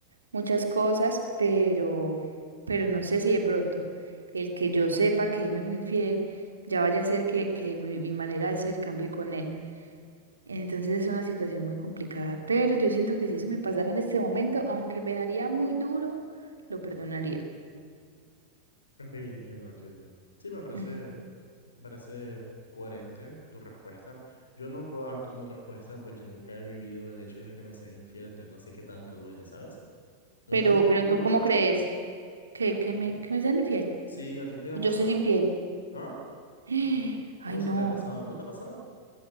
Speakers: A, on the right (about 75°); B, on the left (about 75°).
A: muchas cosas, pero pero no sé si de pronto el que yo sepa que él me fue infiel ya vaya a hacer que que mi mi manera de ser cambie con él. Entonces es una situación muy complicada, pero yo siento que si eso me pasara en este momento, aunque me daría muy duro, lo perdonaría.
B: ok, entiendo, entiendo. Sí, me parece,
A: Mm.
B: me parece coherente tu respuesta. Yo no puedo darte una respuesta, pues yo nunca he vivido el hecho de que me sean infiel, entonces no sé qué tanto duele, ¿sabes? No
A: Pero,
B: sé si
A: pero
B: tú,
A: ¿tú
B: tú
A: cómo
B: lo has hecho.
A: crees? ¿Que, que me, que me sean infiel?
B: Sí, ¿a ti te ha
A: ¿O
B: pasado?
A: Yo ser infiel.
B: ¿Ah?
A: <gasps> Ay,
B: No,
A: no.
B: si te ha pasado, ¿no te ha pasado?